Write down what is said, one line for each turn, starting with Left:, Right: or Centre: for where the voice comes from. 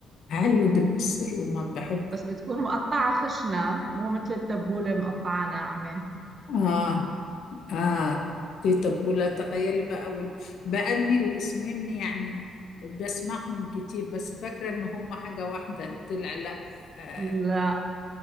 Left: حلو ده بالسر رمان بحبه
Right: بس بتكون مقطعة خشنة مو مثل التبولة مقطعة ناعمة
Left: اه آه دي تبولة تخيلي بقى وال... بأني الاسمين يعني بسمعهم كتير بس فاكرة إن هم حاجة واحدة طلع لا آه.
Right: لا